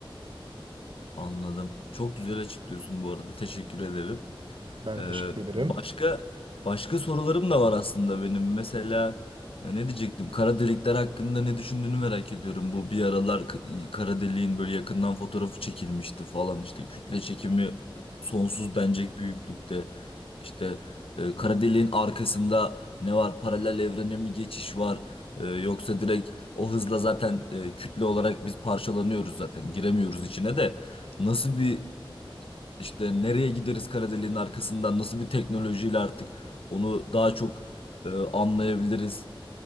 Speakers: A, on the left (about 80°); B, on the right (about 65°).
A: Anladım. Çok güzel açıklıyorsun bu arada. Teşekkür ederim.
B: Ben
A: Ee,
B: teşekkür ederim.
A: başka başka sorularım da var aslında benim. Mesela e, ne diyecektim? Kara delikler hakkında ne düşündüğünü merak ediyorum. Bu bir aralar k- kara deliğin böyle yakından fotoğrafı çekilmişti falan işte kütle çekimi sonsuz denecek büyüklükte. İşte e, kara deliğin arkasında ne var? Paralel evrene mi geçiş var? E, yoksa direkt o hızla zaten e, kütle olarak biz parçalanıyoruz zaten. Giremiyoruz içine de. Nasıl bir işte nereye gideriz kara deliğin arkasından nasıl bir teknolojiyle artık onu daha çok e, anlayabiliriz,